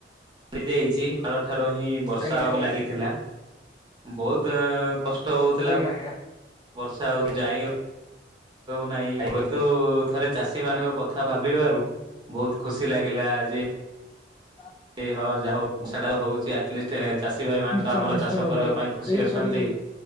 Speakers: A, on the right; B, on the left.
A: ପଡି ଯାଇଛି କାଳ ଠାରୁ ହିଁ ବର୍ଷା
B: ଆଜ୍ଞା
A: ହେବାକୁ
B: ଆଜ୍ଞା
A: ଲାଗିଥିଲା। ବହୁତ କଷ୍ଟ ହଉଥିଲା
B: ଆଜ୍ଞା
A: ବର୍ଷା ହଉଛି ଯାଇ ନାଇଁ ତୁ ଥରେ ଚାଷୀ ମାନଙ୍କ କଥା ଭାବିବାରୁ ବହୁତ ଖୁସି ଲାଗିଲା ଯେ
B: <unintelligible>
A: ହଁ ଯାହାଉ ବର୍ଷା ଟା ହଉଛି ଆଟଲିଷ୍ଟ
B: ଆଜ୍ଞା।
A: ଚାଷୀ ଭାଇ ମାନେ
B: ନିଶ୍ଚୟ
A: ତ ଆମର
B: ନିଶ୍ଚୟ
A: ଚାଷ କରିବା
B: ଭାଇ
A: ପାଇଁ ଖୁସି
B: ଏହିପରି
A: ଅଛନ୍ତି।